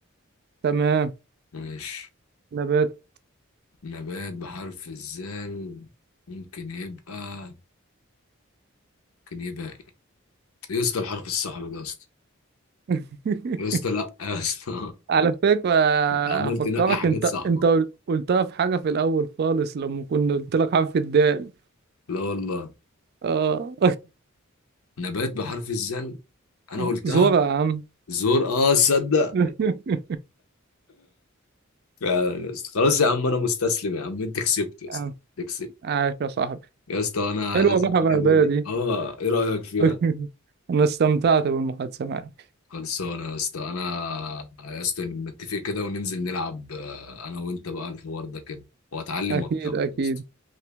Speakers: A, on the right (about 50°); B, on the left (about 90°).
A: تمام
B: ماشي
A: نبات
B: نبات بحرف الزل ممكن يبقى ممكن يبقى ايه يا اسطى الحرف الصعب ده يا اسطى
A: <laughs>
B: يا اسطى لا يا اسطى
A: على فكرة
B: <laughs> عمال
A: هفكرك
B: تنقي حاجات
A: أنت
B: صعبة
A: أنت قل- قلتها في حاجة في الأول خالص لما كنا قلت لك حرف الدال
B: لا والله
A: آه
B: نبات بحرف الزل انا
A: <laughs>
B: قلتها
A: زورة يا عم
B: زور اه تصدق
A: <laughs> يا
B: فعلا يا اسطى خلاص يا عم انا مستسلم يا عم انت كسبت يا اسطى
A: عم،
B: أنت كسبت
A: عاش يا صاحبي
B: يا اسطى انا
A: حلوة
B: لازم
A: الروح الرياضية
B: اللعبة دي
A: دي
B: اه ايه رأيك فيها
A: <laughs> أنا استمتعت بالمحادثة معك
B: خلصانة يا اسطى انا يا اسطى نتفق كده وننزل نلعب آه، انا وانت بقى الحوار ده كده واتعلم
A: أكيد
B: واكسبك
A: أكيد
B: يا اسطى